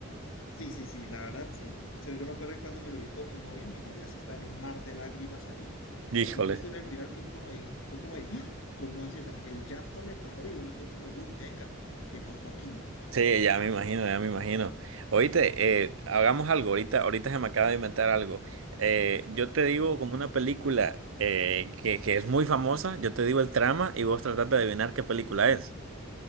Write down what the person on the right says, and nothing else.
Híjole.
Sí, ya me imagino, ya me imagino. Oíste, eh, hagamos algo, ahorita, ahorita se me acaba de inventar algo. Eh, yo te digo como una película eh, que, que es muy famosa, yo te digo el trama y vos tratás de adivinar qué película es.